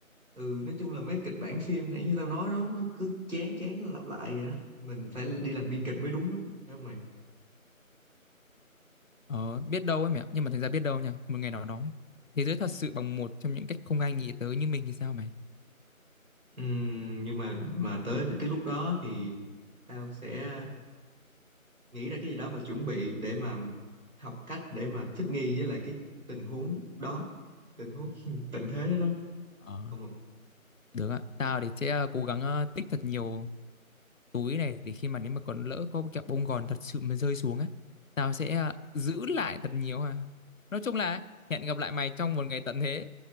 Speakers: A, on the right; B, on the left.
A: ừ nói chung là mấy kịch bản phim nãy như tao nói đó nó cứ chán chán nó lặp lại vậy á mình phải đi làm biên kịch mới đúng á phải không mày
B: ờ biết đâu ấy mẹ nhưng mà thành ra biết đâu nha một ngày nào đó ấy, thế giới thật sự bằng một trong những cách không ai nghĩ tới như mình thì sao mày
A: Ừm, nhưng mà mà tới cái lúc đó thì tao sẽ nghĩ ra cái gì đó và chuẩn bị để mà học cách để mà thích nghi với lại cái tình huống đó tình huống <laughs> tận thế đó đó
B: ờ
A: còn
B: được ạ tao thì sẽ ờ, cố gắng ờ, tích thật nhiều túi này để khi mà nếu mà còn lỡ có kẹo bông gòn thật sự mà rơi xuống á tao sẽ ờ, giữ lại thật nhiều ha nói chung là hẹn gặp lại mày trong một ngày tận thế